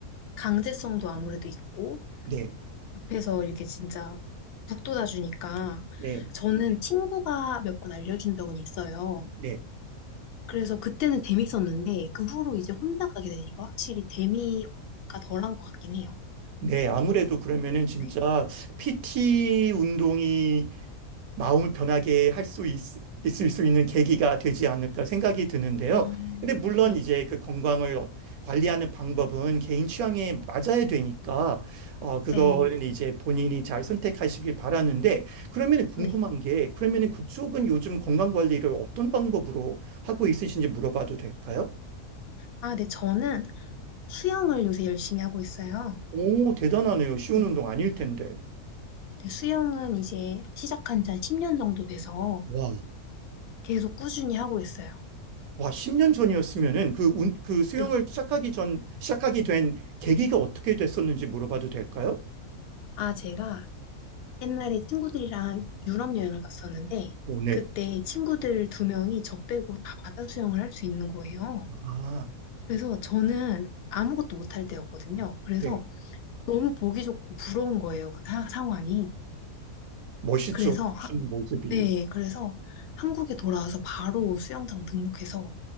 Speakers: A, on the left; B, on the right.
A: 강제성도 아무래도 있고,
B: 네,
A: 옆에서 이렇게 진짜 북돋아주니까,
B: 네,
A: 저는 친구가 몇 번 알려준 적은 있어요.
B: 네.
A: 그래서 그때는 재밌었는데, 그 후로 이제 혼자 가게 되니까 확실히 재미가 덜한 것 같긴 해요.
B: 네, 아무래도 그러면은 진짜
A: 네.
B: PT 운동이 마음을 변하게 할 수 있을 수 있는 계기가 되지 않을까 생각이 드는데요.
A: 아,
B: 근데 물론
A: 네,
B: 이제 그 건강을 어- 관리하는 방법은 개인 취향에 맞아야 되니까 어 그거는
A: 네,
B: 이제 본인이 잘 선택하시길 바라는데 그러면은 궁금한
A: 네.
B: 게 그러면은 그쪽은 요즘 건강 관리를 어떤 방법으로 하고 있으신지 물어봐도 될까요?
A: 아, 네, 저는 수영을 요새 열심히 하고 있어요.
B: 오, 대단하네요. 쉬운
A: 네.
B: 운동 아닐 텐데.
A: 네, 수영은 이제 시작한 지 한 10년 정도 돼서
B: 와.
A: 계속 꾸준히 하고 있어요.
B: 와, 10년 전이었으면은 그, 운, 그 수영을
A: 네.
B: 시작하기 전, 시작하게 된 계기가 어떻게 됐었는지 물어봐도 될까요?
A: 아, 제가 옛날에 친구들이랑 유럽 여행을 갔었는데
B: 오, 네.
A: 그때 친구들 두 명이 저 빼고 다 바다 수영을 할 수 있는 거예요.
B: 아,
A: 그래서 저는 아무것도 못할 때였거든요. 그래서
B: 네.
A: 너무 보기 좋고 부러운 거예요. 그 사- 상황이.
B: 멋있죠.
A: 그래서 하-
B: 그런 모습이.
A: 네, 그래서 한국에 돌아와서 바로 수영장 등록해서